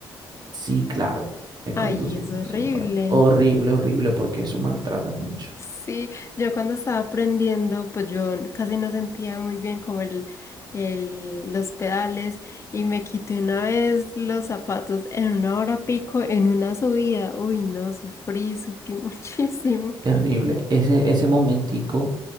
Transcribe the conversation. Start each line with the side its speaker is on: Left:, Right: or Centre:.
Right: Sí, claro, he conducido
Left: Ay, es
Right: sin
Left: horrible.
Right: zapatos. Horrible, horrible, porque eso maltrata mucho.
Left: Sí, yo cuando estaba aprendiendo, pues yo casi no sentía muy bien como el, el- los pedales y me quité una vez los zapatos en una hora pico, en una subida. Uy, no, sufrí, sufrí <laughs> muchísimo.
Right: Terrible, ese, ese momentico